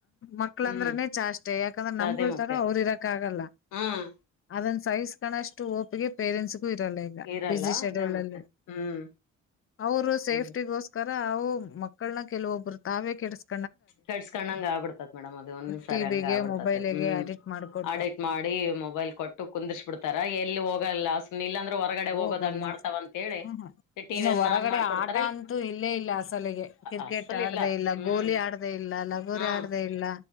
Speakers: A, on the left; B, on the left.
A: ಮಕ್ಳಂದ್ರನೇ
B: ಹ್ಮ್
A: ಚಾಷ್ಟೆ ಯಾಕಂದ್ರೆ ನಮ್ಗುಳ್ತರ
B: ಅದೇ ಮತ್ತೆ
A: ಅವ್ರ ಇರಕ್ ಆಗಲ್ಲ
B: ಹ್ಮ್
A: ಅದನ್ ಸೈಸ್ ಕಣಷ್ಟು ಹೋಪ್ಗೆ ಪೇರೆಂಟ್ಸ್ಗು ಇರಲ್ಲ ಈಗ <unintelligible>
B: ಇರಲ್ಲ
A: ಶಡ್ಯೂಲ್
B: ಅದೇ ಮತ್ತೆ
A: ಅಲ್ಲಿ
B: ಹ್ಮ್
A: ಅವರು ಸೇಫ್ಟಿ
B: ಹ್ಮ್
A: ಗೋಸ್ಕರ ತರ ನಾವು ಅವು ಮಕ್ಕಳನ ಕೆಲವೊಬ್ಬರು ತಾವೇ ಕೆಡಸಿ
B: ಕರ್ಸ್ಕೊಂಡಂಗ ಆಗ್ಬಿಡ್ತತಿ ಮೇಡಮ್ ಅದು ಒಂದ್ ಸಾರಿ
A: ಟಿವಿಗೆ
B: ಹಂಗ ಆಗ್ಬಿಡ್ತತ್
A: ಮೊಬೈಲ್ಗೆ
B: ಹ್ಮ್
A: ಅಡಿಕ್ಟ್ ಮಾಡ್ಕೊಟ್ಟು
B: ಆಡ ಮಾಡಿ ಮೊಬೈಲ್ ಕೊಟ್ಟು ಕುಂದರ್ರಿಸ್ಬಿಡ್ತಾರ ಏನ್. ಇಲ್ಲಿ ಹೋಗಲ್ಲ ಸುಮ್ ಇಲ್ಲಾಂದ್ರೆ ಹೊರಗಡೆ
A: ಹೋಗಲ್ಲ
B: ಹೋಗೋದಂಗ್ ಮಾಡ್ತಾವ ಅಂತೇಳಿ
A: ಹ್ಮ್
B: ಟಿವಿಯನ್ನ
A: ಇನ್ನು ಹೊರಗಡೆ
B: ಆನ್ ಮಾಡ್ಕೊಡ್ತ
A: ಅಂತೂ ಇಲ್ಲೇ ಇಲ್ಲ ಅಸಲಿಗೆ ಕ್ರಿಕೆಟ್
B: ಅಸಲ್
A: ಆಡದೆ ಇಲ್ಲ
B: ಹ್ಮ್
A: ಗೋಲಿ ಆಡ್. ಇಲ್ಲ ಲಗೋರಿ
B: ಹಾ
A: ಆಡದೆ ಇಲ್ಲ